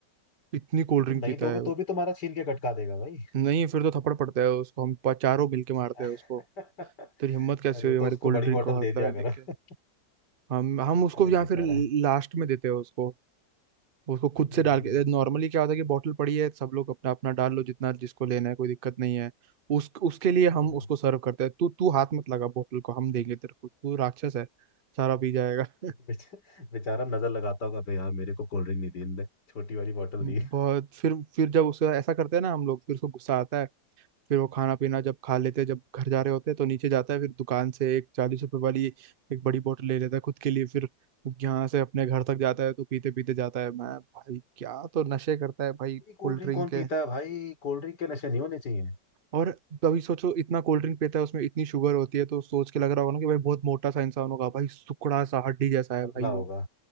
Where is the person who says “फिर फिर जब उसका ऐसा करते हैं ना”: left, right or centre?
Right